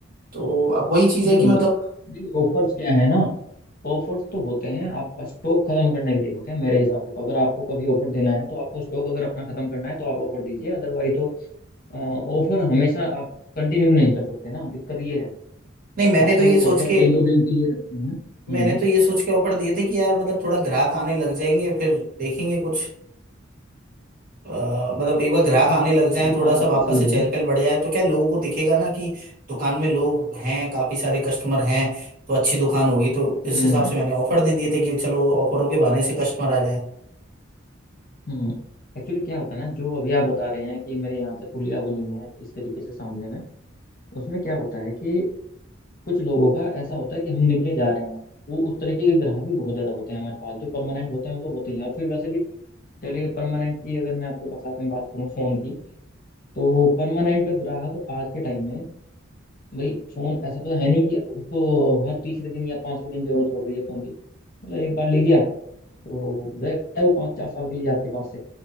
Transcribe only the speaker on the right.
तो अब वही चीज़
है कि
मतलब
नहीं मैंने
तो
ये सोच के
मैंने
तो ये सोच के ऑफर दिए थे कि यार मतलब थोड़ा ग्राहक आने लग जाएंगे फिर देखेंगे कुछ अ, मतलब एक बार ग्राहक
आने लग जाए
थोड़ा
सा
वापस
से चहल
पहल बढ़ जाए तो क्या लोगों को दिखेगा ना कि दुकान में लोग हैं काफी सारे कस्टमर हैं तो अच्छी दुकान होगी तो इस
हिसाब
से मैंने ऑफर दे दिए थे कि चलो ऑफरों के बहाने से कस्टमर आ जाए